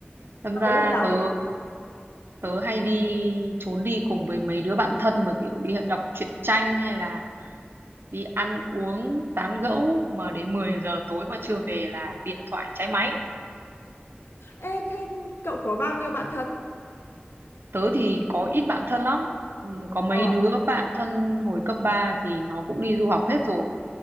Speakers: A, on the right; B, on the left.
A: đâm
B: Xong
A: ra
B: rồi lúc nào cũng
A: tớ
B: phải bảo
A: tớ hay đi trốn đi cùng với mấy đứa bạn thân mà kiểu đi đọc truyện tranh hay là đi ăn uống tán gẫu mà đến 10 giờ tối mà chưa về là điện thoại cháy máy
B: ê thế cậu có bao nhiêu bạn thân
A: tớ thì có ít bạn thân lắm Ừm, có mấy
B: ờ
A: đứa bạn thân hồi cấp 3 thì nó cũng đi du học hết rồi